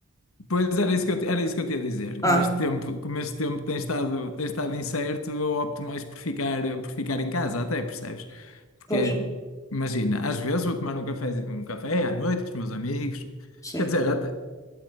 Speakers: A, on the left; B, on the left.
A: Pois era isso que eu, te- era isso que eu tinha a dizer.
B: Ah,
A: Como este tempo, como este tempo tem estado, tem estado incerto, eu opto mais por ficar, por ficar em casa, até, percebes? Porque,
B: pois,
A: imagina, às vezes vou tomar um café, um café à noite com os meus amigos.
B: sim.
A: Quer dizer, até,